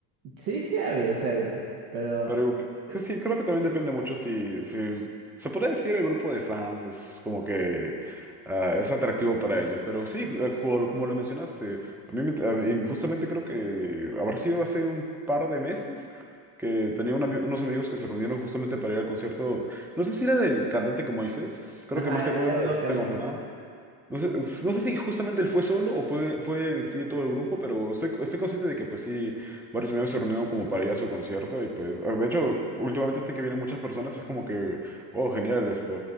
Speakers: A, on the right; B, in the centre.
A: Sí, sí ha habido, sí ha habido, pero,
B: Pero c-
A: eh,
B: que sí, creo que también depende mucho si, si se puede decir el grupo de fans es como que ah, es atractivo para ellos. Pero sí, eh, como, como lo mencionaste, a mí, me- a mí justamente creo que habrá sido hace un par de meses que tenía un ami- unos amigos que se reunieron justamente para ir al concierto. No sé si era del cantante como dices, creo
A: ajá,
B: que más que
A: él
B: todo
A: es
B: era
A: el
B: de
A: vocalista,
B: System of a Down. No sé, no sé si justamente él fue solo o fue, fue en sí todo el grupo, pero estoy, estoy consciente de que pues sí, varios amigos se reunieron como para ir a su concierto y pues, ah, de hecho, últimamente hasta que vienen muchas personas es como que, oh, genial esto,